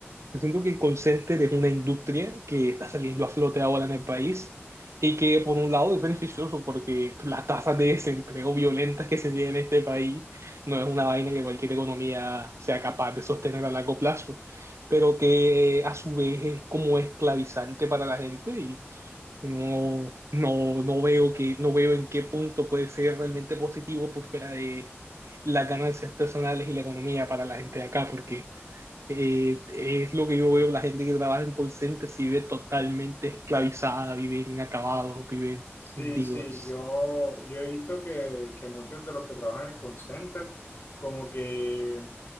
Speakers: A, on the right; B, on the left.
A: Yo siento que el call center es una industria que está saliendo a flote ahora en el país y que por un lado es beneficioso porque las tasas de desempleo violentas que se tienen en este país no es una vaina que cualquier economía sea capaz de sostener a largo plazo, pero que a su vez es como esclavizante para la gente y no, no, no veo que, no veo en qué punto puede ser realmente positivo por fuera de las ganancias personales y la economía para la gente de acá, porque eh, es lo que yo veo, la gente que trabaja en call centers vive totalmente esclavizada, viven acabados, viven
B: Sí,
A: hundidos.
B: sí, yo, yo he visto que, que muchos de los que trabajan en el call center como que